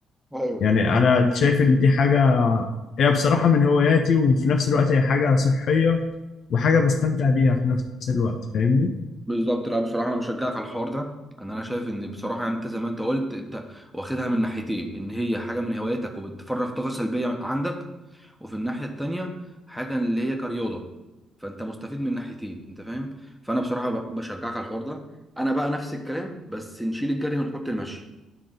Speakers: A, in the centre; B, on the left.
A: ايوه
B: يعني انا شايف ان دي حاجة هي بصراحة من هواياتي وفي نفس الوقت هي حاجة صحية وحاجة بستمتع بيها في نفس الوقت فاهمني؟
A: بالظبط لا بصراحة أنا بشجعك على الحوار ده أن أنا شايف إن بصراحة يعني أنت زي ما أنت قلت أنت واخدها من ناحيتين إن هي حاجة من هواياتك وبتفرغ طاقة سلبية عندك وفي الناحية التانية حاجة اللي هي كرياضة فانت مستفيد من ناحيتين انت فاهم فانا بصراحة ب- بشجعك على الحوار ده انا بقى نفس الكلام بس نشيل الجري ونحط المشي